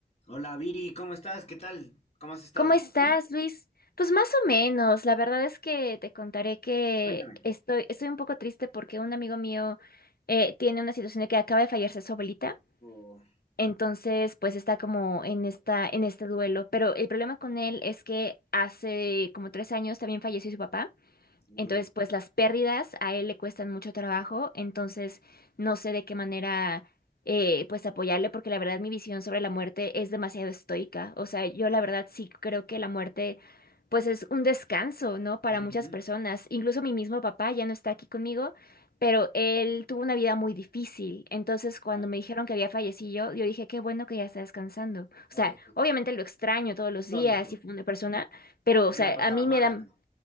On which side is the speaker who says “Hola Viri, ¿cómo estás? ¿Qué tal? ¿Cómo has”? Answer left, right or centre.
Left